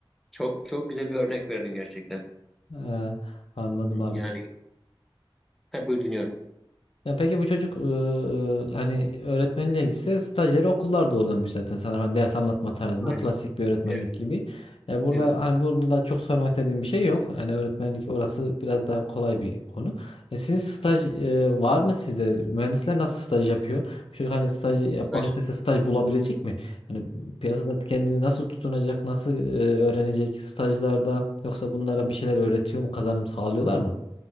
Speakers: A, in the centre; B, on the left.
A: Çok çok güzel bir örnek verdin gerçekten.
B: Ee, anladım
A: Yani
B: abi.
A: ha, buyur dinliyorum.
B: Ya peki bu çocuk eee, hani öğretmenliğe gitse stajyer okullarda oluyormuş zaten sanırım hani ders anlatma tarzında
A: Aynen.
B: klasik bir öğretmenlik
A: Evet.
B: gibi. Ya burada
A: Evet.
B: hani burada da çok sormak istediğim bir şey yok. Yani öğretmenlik orası biraz daha kolay bir konu. E, sizin staj eee, var mı sizde? Mühendisler nasıl staj yapıyor? Bu çocuk hani staj yapmak
A: Staj.
B: istese staj bulabilecek mi? Hani piyasada kendini nasıl tutunacak, nasıl eee, öğrenecek stajlarda yoksa bunlara bir şeyler öğretiyor mu, kazanım sağlıyorlar mı?